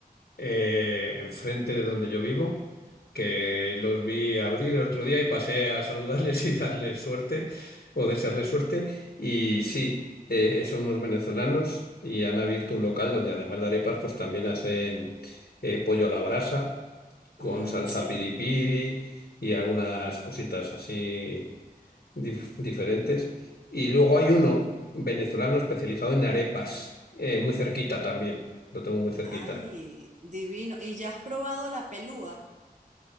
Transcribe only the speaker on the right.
Ujú.
Mm,
sí,
ay, divino. ¿Y ya has probado la pelúa?